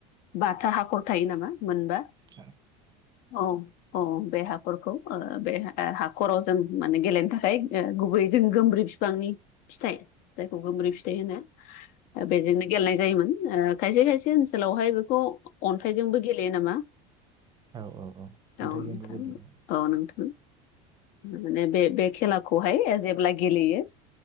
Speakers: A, on the left (about 55°); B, on the right (about 25°).
A: बाथा हाखर थायो नामा मोनबा
B: औ
A: औ अ बे हाखरखौ ओ बे हाखराव जों माने गेलेनो थाखाय ओ गुबै जों गोमब्रिब बिफांनि फिथाइ जायखौ गोमब्रि फिथाइ होना बेजोंनो गेलेनाय जायोमोन ओ खायसे खायसे ओनसोलावहाय बेखौ अन्थाइजोंबो गेलेयो नामा
B: औ औ औ अन्थाइजोंबो
A: औ नोंथां
B: गेलेयो
A: औ नोंथां माने बे-बे खेलाखौहाय जेब्ला गेलेयो